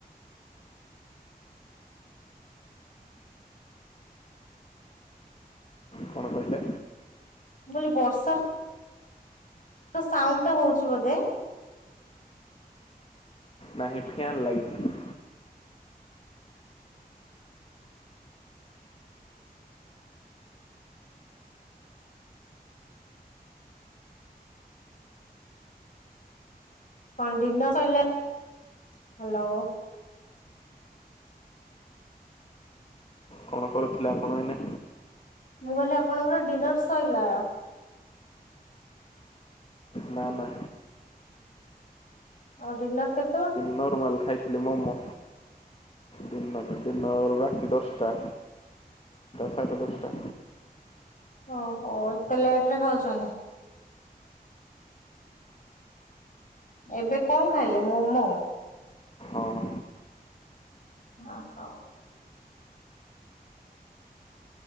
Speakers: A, on the left; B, on the left.
A: କଣ କହିଲେ?
B: ବୋଲି ବର୍ଷା। ତ ସାଉଣ୍ଡ ଟା ହଉଛି ବୋଧେ।
A: ନାହିଁ ଫ୍ୟାନ୍ ଲାଗଛି।
B: କଣ ଡିନର୍ ସଇଲାଣି ହ୍ୟାଲୋ।
A: କଣ କରୁଥିଲେ ଆପଣ ଏଇନା।
B: ମୁଁ କହିଲି ଆପଣଙ୍କର ଡିନର୍ ସଇଲା।
A: ନା ନା।
B: ଆଉ ଡିିନର କେତେ
A: ନର୍ମାଲ୍ ଖାଇଥିଲି ମୋମୋ। ଦିନ ରାତି ନଅ ରୁ ରାତି ଦଶଟା ସାଢେଟା ଦଶଟା।
B: ଓହୋ ଏତେ ଲେଟ୍‌ରେ ଖାଉଛନ୍ତି? ଏବେ କଣ ଖାଇଲ ମୋମୋ?
A: ଓହୋ।
B: ଅହ।